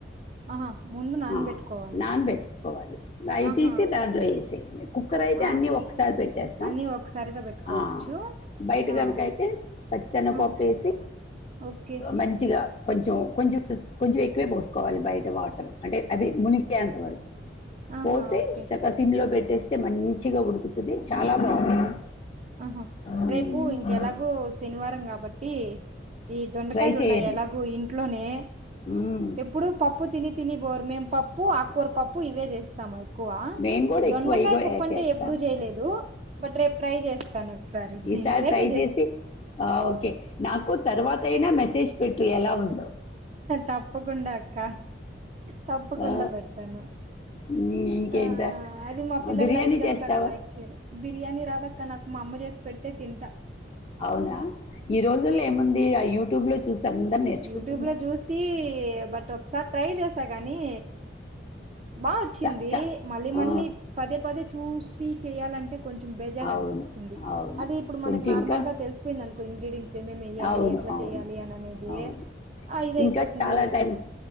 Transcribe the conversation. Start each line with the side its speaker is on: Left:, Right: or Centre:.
Right: ఆహా ముందు నానబెట్టుకోవాలి
Left: ఆహ్ నాన్ పెట్టుకోవాలి అవి
Right: ఆహా
Left: తీసి దాంట్లో వేసెయ్యడమే కుక్కర్ అయితే
Right: ఆ
Left: అన్నీ ఒక్కసారి పెట్టేస్తాం
Right: అన్నీ ఒకసారిగా పెట్టుకోవచ్చు
Left: ఆ బయట
Right: ఆ
Left: కనుక అయితే పచ్చెశెనగపప్పు
Right: ఆహా
Left: వేసి
Right: ఓకే
Left: మంచిగా కొంచెం కొంచెం కొంచెం ఎక్కువే పోసుకోవాలి బయట వాటర్ అంటే అది మునిగి ఎంతవరకు
Right: ఆహా
Left: పోసి
Right: ఓకే
Left: చక్క సిమ్ లో పెట్టేస్తే మంచిగా ఉడుకు ది చాలా బాగుంటుంది
Right: ఆహా
Left: మ్మ్.
Right: రేపు ఇంకెలాగూ శనివారం కాబట్టి ఈ దొండకాయలు
Left: ట్రై చేయండి
Right: ఉన్నాయి ఎలాగు ఇంట్ ఇట్లోనే
Left: మ్మ్.
Right: ఎప్పుడు పప్పు తిని తిని బోరు మేం పప్పు ఆకూర పప్పు ఇవే చేస్ స్తాము ఎక్కువ
Left: మేము కూడా
Right: దొండకాయ
Left: ఎక్కువ ఇగో
Right: పప్పు
Left: యాడ్
Right: అంటే
Left: చేస్తాము
Right: ఎప్పుడు చేయలేదు బట్ రేపు ట్రై చేస్తా చేస్తాను ఒకసారి
Left: ఈసారి
Right: రేపే
Left: ట్రై చేసి ఓకే నాకు తర్వాత అయినా మెసేజ్ పెట్టు ఎలా ఉందో
Right: తప్పకుండా అక్క తప్పకుండా
Left: ఆ,
Right: పెడతాను
Left: మ్మ్, ఇంకేంటా
Right: ఆ అది మా పిల్లలు
Left: బిర్యానీ
Right: లైక్ చేస్తారో
Left: చేస్తావా
Right: లైక్ చేయరో బిర్యాని రాదక్క నాకు మా అమ్మ చేసి పెడితే తింట
Left: అవునా ఈ రోజుల్లో ఏముంది ఆ యూట్యూబ్ లో చూసి అందరు నేర్చుకుంటున్నారు
Right: యూట్యూబ్ లో చూసి బట్ ఒకసారి ట్రై చేస్ గానీ బా వచ్చింది
Left: స- చ-
Right: మళ్ళీ
Left: ఆ,
Right: మళ్ళీ పదే పదే చూస్ చూసి చేయ్యాలంటే కొంచెం బెజార్
Left: అవును
Right: అనిపిస్తుంది
Left: అవును
Right: అది ఇప్పుడు
Left: కొంచెం
Right: మనకు నార్మల్
Left: ఇంకా
Right: గా తెలిసిపోయింది అనుకో ఇంగ్రీడియంట్స్ ఏం ఏం వెయ్యాలి
Left: అవును
Right: ఎట్లా
Left: అవును
Right: చేయాలి అని అనేది
Left: అవును,
Right: ఆ ఇదయిపోతుంది
Left: ఇంకా చాలా టైం,